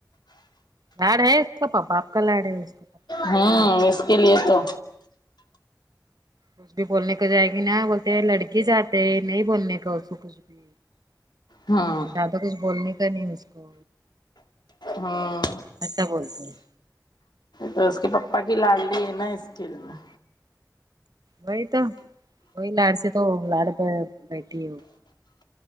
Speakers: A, on the right; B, on the left.
A: لاڑ ہے اس کا پپا کا لاڈ ہے اس کا پاپا کا لاڈ
B: ہاں
A: بہت ہے،
B: اس کے لیے تو
A: کچھ بھی بولنے کو جائے گی نا بولتے ہے لڑکی جات ہے نہیں بولنے کا اسکو کچھ بھی
B: ہوں
A: زیادہ کچھ بولنے کا نہیں اس کو
B: ہاں
A: اچھا بولتے ہیں
B: تو اس کے پپا کی لالڈلی ہے نا اسکے لیے
A: وہی تو وہی لاڑ سے تو لاڑ بیٹھی ہے وہ